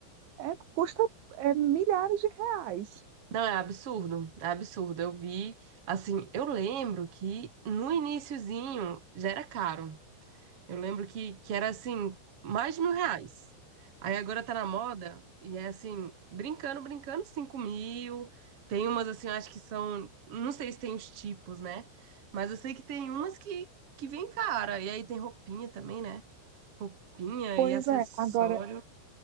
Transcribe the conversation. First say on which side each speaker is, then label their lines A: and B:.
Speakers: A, on the right; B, on the right.
A: é, custa é, milhares de reais.
B: Não, é absurdo. É absurdo. Eu vi, assim, eu lembro que no iniciozinho já era caro. Eu lembro que, que era assim, mais de mil reais. Aí agora tá na moda e é assim, brincando, brincando, cinco mil. Tem umas assim, eu acho que são. Não sei se tem os tipos, né? Mas eu sei que tem umas que, que vem cara. E aí tem roupinha também, né? Roupinha
A: Pois
B: e acessório.
A: é, agora,